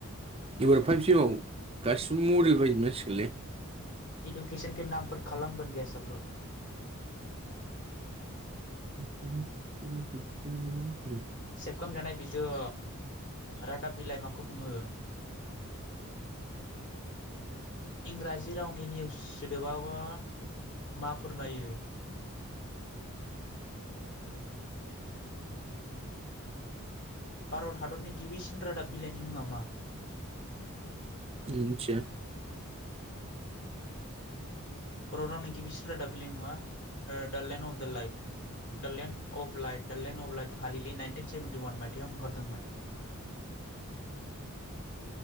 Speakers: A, on the right (about 25°); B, on the left (about 55°).
A: एबार फाइभ सिमाव गासिबो मडेल बायजोब नांसिगोनलै।
B: एडुकेसन के नाम पर। खलां बोन गया सबलग।
A: उ <inaudible>
B: सेबखांजानाय बिजों। रादाब बिलाइ माखौ बुङो? इंराजि रावनि निउस सोदोबाबा मा फोरमायो? <inaudible> भारत हादरनि गिबिसिन रादाब बिलाइनि मुङा मा?
A: आं मिथिया।
B: बर' रावनि गिबिसिन रादाब बिनि मुङा the land of the light the land. Of light the land of light. हालिलि नाइनटिन सेभेेनटि वान मायथाइयाव ओंखारदोंमोन